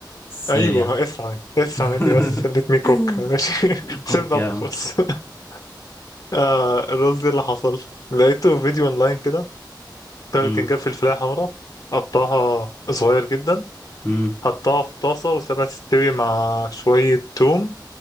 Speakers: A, on the left; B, on the left.
A: ازاي
B: ايوه
A: يعني
B: اسمع اسمع
A: <laughs>
B: مني بس let me cook ماشي <laughs>
A: كوك
B: سيبنا
A: يا
B: اطبخ
A: عم
B: بس <laughs> آه الرز إيه اللي حصل لقيته في فيديو اونلاين كده الراجل
A: مم.
B: كان جاب فلفلايه حمراء قطعها صغير جدا
A: مم.
B: حطها في طاسه وسابها تستوي مع شويه توم